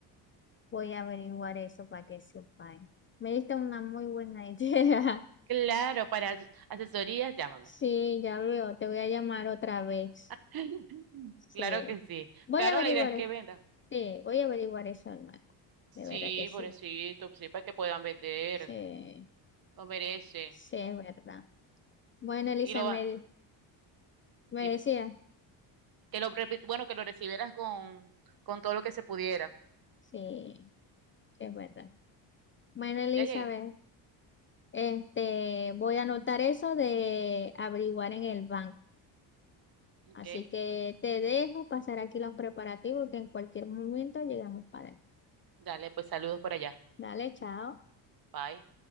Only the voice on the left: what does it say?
Voy a averiguar eso para que sepa. Me diste una muy buena idea. <laughs>
Sí, ya veo. Te voy a llamar otra vez.
Sí.
Voy
a averiguar.
e-
Sí, voy a averiguar eso, hermano.
De verdad que sí.
Sí,
sí es verdad. Bueno, Elizabeth,
me
decía.
Sí, sí es verdad. Bueno, Elizabeth,
este, voy a anotar eso de averiguar en el banco.
Así que te dejo pasar aquí los preparativos que en cualquier momento llegamos para. él.
Dale, chao.